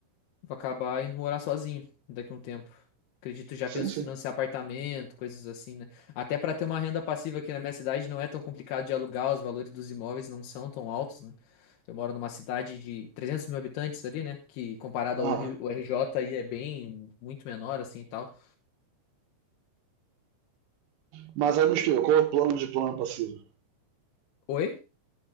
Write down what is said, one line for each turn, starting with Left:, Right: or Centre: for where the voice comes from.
Left: Vou acabar indo morar sozinho daqui a um tempo. Acredito, já
Right: sim,
Left: penso
Right: sim.
Left: em financiar apartamento, coisas assim, né? Até para ter uma renda passiva aqui na minha cidade não é tão complicado de alugar, os valores dos imóveis não são tão altos, né? Eu moro numa cidade de 300 mil habitantes ali, né? Que comparado
Right: Aham.
Left: ao Rio, o RJ aí é bem, muito menor assim e tal.
Right: Mas aí me explica, qual é o plano de plano passivo?
Left: Oi?